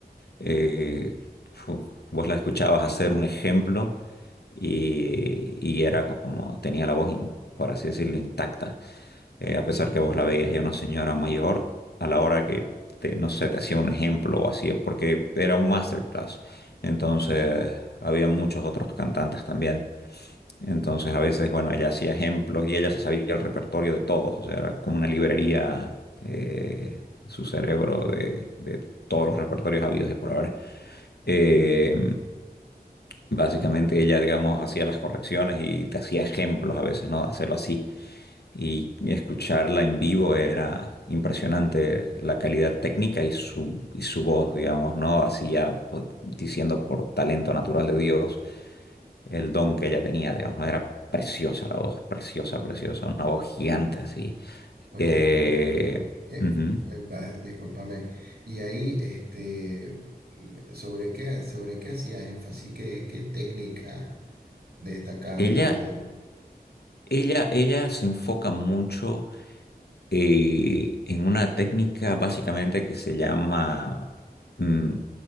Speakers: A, on the left; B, on the right.
A: eh, fu, vos la escuchabas hacer un ejemplo y, y era como, tenía la voz, in- por así decirlo, intacta. Eh, a pesar que vos la veías ya una señora mayor, a la hora que, te, no sé, te hacía un ejemplo o así, porque era un masterclass. Entonces, había muchos otros cantantes también. Entonces, a veces, bueno, ella hacía ejemplos y ella se sabía el repertorio de todos, o sea, era como una librería, eh, su cerebro de, de todos los repertorios habidos y por haber. Eh, básicamente ella, digamos, hacía las correcciones y te hacía ejemplos a veces, ¿no? Hacerlo así. Y escucharla en vivo era impresionante la calidad técnica y su, y su voz, digamos, ¿no? Hacía, pues, diciendo por talento natural de Dios el don que ella tenía, digamos, ¿no? Era preciosa la voz, preciosa, preciosa, una voz gigante así.
B: Oye,
A: Eh,
B: eh,
A: ujú.
B: eh, va, discúlpame. Y ahí, este, ¿sobre qué, sobre qué hacía énfasis? ¿Qué, qué técnica destacás
A: Ella,
B: vos ahí?
A: ella, ella se enfoca mucho eh, en una técnica básicamente que se llama mm,